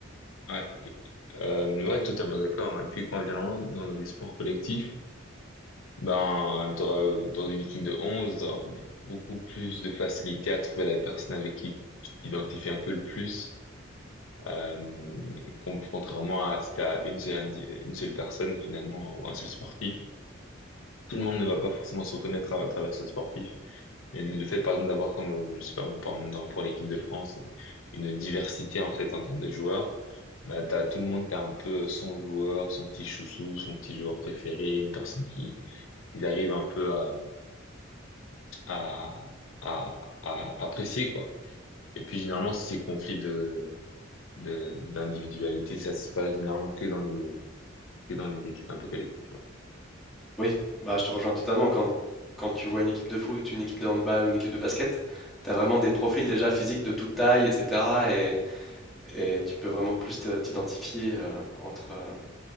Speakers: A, on the left; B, in the centre.
A: ouais. Et- euh, ouais, totalement d'accord. hein. Et puis quand généralement, dans des sports collectifs, ben, t'auras, dans une équipe de 11 t'auras beaucoup plus de facilité à trouver la personne avec qui tu t'identifies un peu le plus. Euh, et con- contrairement à si t'as une seule, indi- une seule personne finalement, ou un seul sportif, tout le monde ne va pas forcément se reconnaître à, à travers ce sportif. Mais le fait, par exemple, d'avoir comme, euh, je sais pas, par exemple, dans- pour l'équipe de France, une diversité, en fait, en termes de joueurs, bah, t'as tout le monde qui a un peu son joueur, son petit chouchou, son petit joueur préféré, une personne qui, qui arrive un peu à, à, à, à apprécier, quoi. Et puis, généralement, si c'est conflit de, de, d'individualité, ça se passe généralement que dans des, que dans des équipes un peu collectives, ouais.
B: Oui, bah, je te rejoins totalement. Quand, quand tu vois une équipe de foot, une équipe de handball ou une équipe de basket, tu as vraiment des profils déjà physiques de toute taille, etc. Et, et tu peux vraiment plus te- t'identifier euh, entre. euh,